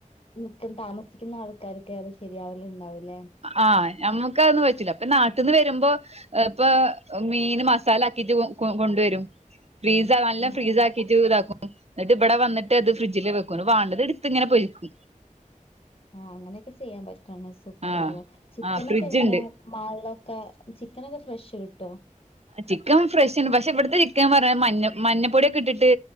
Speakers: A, on the left (about 45°); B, on the right (about 50°).
A: ട്ടും താമസിക്കുന്ന ആൾക്കാര്ക്കെ ശരിയാവല് ഉണ്ടാവൂ ല്ലേ
B: ആഹ് ഞമ്മക്ക് അതൊന്നും പറ്റൂല്ല. അപ്പൊ നാട്ടിന്ന് വരുമ്പോ ഇപ്പ മീന് മസാല ആക്കിട്ട് കൊണ്ടുവരും. ഫ്രീസാ നല്ല
A: ആഹ്
B: ഫ്രീസ്
A: ആഹ്
B: ആക്കിട്ട് ഇതാക്കും. എന്നിട്ട് ഇവടെ വന്നിട്ടത് ഫ്രിഡ്ജില് വെ ക്കും. വാണ്ടത് ഇട്ത്ത് ഇങ്ങനെ പൊരിക്കും.
A: ആഹ് അങ്ങനെയൊക്കെ ചെയ്യാൻ പറ്റാണെ സുഖാണല്ലോ.
B: ആഹ്
A: ചിക്കൻ
B: ആഹ് ഫ്രിഡ്ജ്ണ്ട്
A: ഒക്കെ എങ്ങനാ? മാൾലൊക്കെ. ചിക്കനൊക്കെ ഫ്രഷ് കിട്ടോ?
B: ചിക്കൻ ഫ്രഷ്ണ്. പക്ഷെ ഇവട്ത്തെ ചിക്കൻ പർഞ്ഞാ മഞ്ഞ മഞ്ഞപ്പൊടിയൊക്കെ ഇട്ടിട്ട്